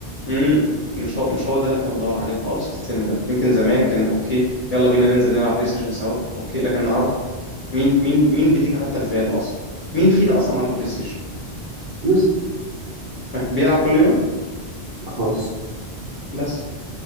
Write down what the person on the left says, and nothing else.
امم مش هو مش هو ده اللي احنا بندور عليه خالص في السن ده يمكن زمان كان أوكي يلا بينا ننزل نلعب بلاي ستيشن سوا أوكي لكن النهاردة مين مين مين بتيجي حتى في باله أصلا مين فينا أصلا عنده بلاي ستيشن
ها، بيلعب كل يوم
بس